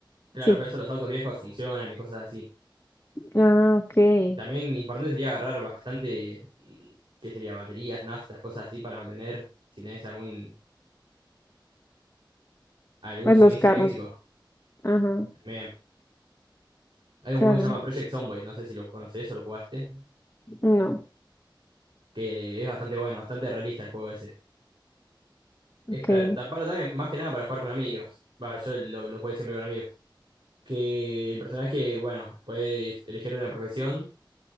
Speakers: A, on the right (about 75°); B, on the left (about 30°).
A: Claro,
B: sí.
A: pero eso los autos viejos funcionan y cosas así.
B: Ah, ok,
A: También importante sería agarrar bastante, mm, ¿qué sería? Baterías, naftas, cosas así para mantener, si tenés algún, algún
B: pues
A: suministro
B: los carros,
A: eléctrico.
B: ajá,
A: También. Hay
B: claro,
A: un juego que se llama Project Zomboid, no sé si lo conoces o lo jugaste,
B: no.
A: que es bastante bueno, bastante realista el juego ese. Es
B: Ok,
A: para, para también, más que nada, para jugar con amigos. Va, yo lo, lo jugué siempre con amigos. Que el personaje, bueno, puedes elegir una profesión